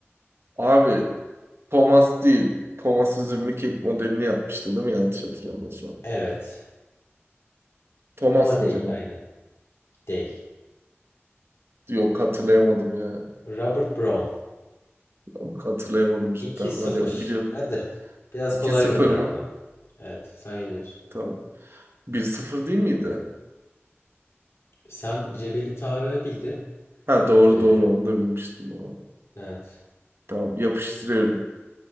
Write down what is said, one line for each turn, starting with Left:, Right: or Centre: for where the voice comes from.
Right: Abi Thomas değil. Thomas üzümlü kek modelini yapmıştı değil mi? Yanlış hatırlamıyorsam.
Left: Evet.
Right: Thomas
Left: Ama değil
Right: mı cevap?
Left: aynen. Değil.
Right: Yok hatırlayamadım ya.
Left: Robert Brown.
Right: Yok, hatırlayamadım cidden.
Left: 2 sıfır.
Right: Hani biliyordum.
Left: Hadi. Biraz
Right: 2
Left: kolay
Right: sıfır
Left: gönder
Right: mı?
Left: bana. Evet sen yeniyorsun.
Right: Tamam. Bir sıfır değil miydi?
Left: Sen Cebeli Tarık'ı bildin.
Right: Ha doğru
Left: Ee,
Right: doğru onu da bilmiştim. Doğru.
Left: evet.
Right: Tamam yapıştırıyorum.